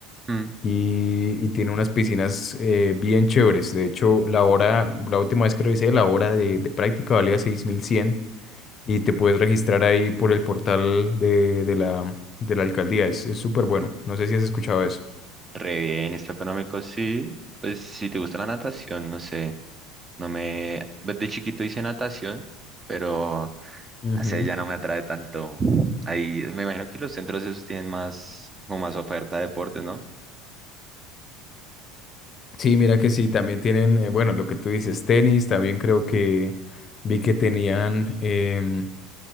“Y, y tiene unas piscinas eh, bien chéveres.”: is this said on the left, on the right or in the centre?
Left